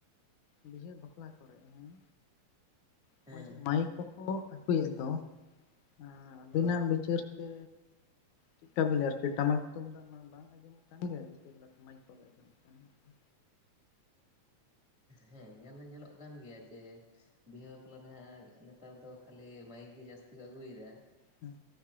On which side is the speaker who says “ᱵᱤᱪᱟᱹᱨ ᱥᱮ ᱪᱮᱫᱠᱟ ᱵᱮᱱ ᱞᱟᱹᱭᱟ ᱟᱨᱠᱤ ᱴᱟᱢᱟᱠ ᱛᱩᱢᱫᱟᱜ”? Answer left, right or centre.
Left